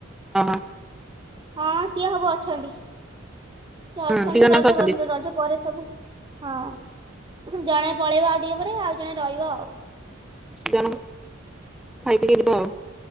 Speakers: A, in the centre; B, on the right (about 25°).
A: ଓହୋ
B: ହଁ ସିଏ ସବୁ ଅଛନ୍ତି ସିଏ ଅଛନ୍ତି
A: ହଁ ଦି ଜଣ
B: ରଜ
A: ଯାକ ଅଛନ୍ତି
B: ପନ୍ତ ରଜ ପରେ ସବୁ ହଁ ଜଣେ ପଳେଇବ ଆଉ ଟିକେ ପରେ ଆଉ ଜଣେ ରହିବ ଆଉ।
A: ଜଣ କୁ ଖାଇ ପିକି ଯିବ ଆଉ।